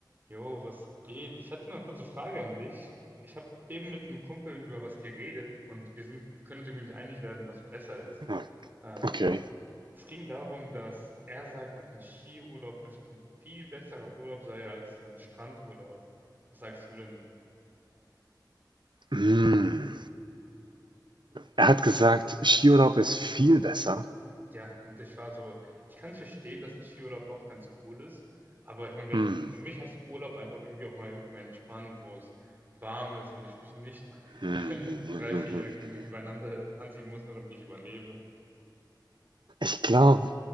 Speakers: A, on the right; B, on the right.
A: Jo, was geht? Ich hatte nur eine kurze Frage an dich. Ich habe eben mit einem Kumpel über was geredet und wir sind, können uns irgendwie nicht einig werden, was besser ist.
B: Ah,
A: Ähm,
B: Okay.
A: es ging darum, dass er sagt, dass ein Skiurlaub einfach ein viel besserer Urlaub sei als ein Strandurlaub. Was sagst du denn
B: Hm. Er hat gesagt, Skiurlaub ist viel besser.
A: Ja, und ich war so ich kann verstehen, dass ein Skiurlaub auch ganz cool ist, aber ich meine, wenn
B: Hm.
A: für mich heißt Urlaub einfach irgendwie auch mal irgendwo entspannen, wo es warm ist und ich mich nicht, <laughs>
B: Hm, hm,
A: äh,
B: hm,
A: 3,
B: hm,
A: 4
B: hm,
A: Jacken
B: hm,
A: übereinander
B: hm.
A: anziehen muss, nur damit ich überlebe.
B: Ich glaube,